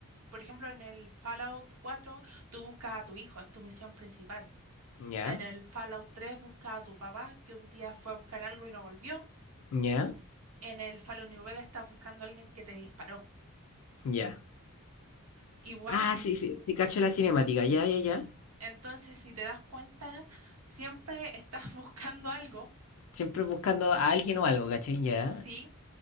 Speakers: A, on the right; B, on the left.
A: por ejemplo, en el Fallout 4, tú buscas a tu hijo, es tu misión principal.
B: Ya,
A: En el Fallout 3 buscas a tu papá, que un día fue a buscar algo y no volvió.
B: ya,
A: En el Fallout New Vegas estás buscando a alguien que te disparó.
B: ya.
A: Igual,
B: Ah, sí, sí, sí, cacho la cinemática, ya, ya, ya.
A: entonces, si te das cuenta, siempre estás <laughs> buscando algo,
B: Siempre buscando a alguien o algo, ¿cachai? Ya.
A: sí,